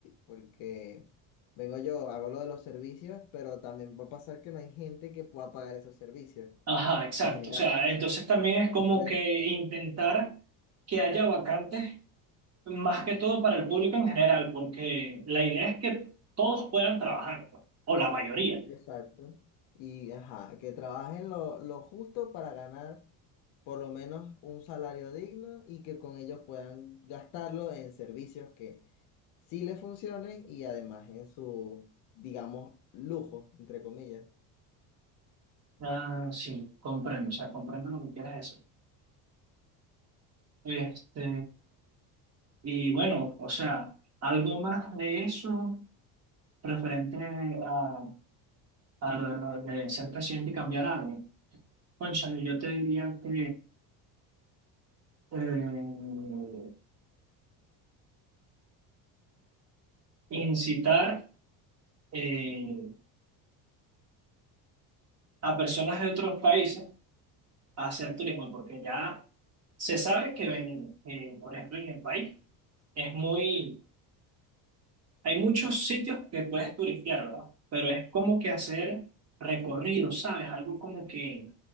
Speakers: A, on the left (about 55°); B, on the right (about 35°).
A: porque vengo yo, hago lo de los servicios, pero también va a pasar que no hay gente que pueda pagar esos servicios
B: Ajá, exacto.
A: en general.
B: O sea, entonces también es
A: Entonces,
B: como que intentar que haya vacantes, más que todo para el público en general, porque la idea es que todos puedan trabajar, pues, o la mayoría.
A: exacto. Y, ajá, que trabajen lo, lo justo para ganar por lo menos un salario digno y que con ellos puedan gastarlo en servicios que sí le funcionen y además en su, digamos, lujo, entre comillas.
B: Ah, sí, comprendo, o sea, comprendo lo que quieras decir. Este, y bueno, o sea, algo más de eso referente a, a lo de, lo de ser presidente y cambiar algo. Cónchale, yo te diría que eh, incitar eh, a personas de otros países a hacer turismo, porque ya se sabe que, en, eh, por ejemplo, en el país es muy, hay muchos sitios que puedes turistear, ¿verdad? Pero es como que hacer recorridos, ¿sabes? Algo como que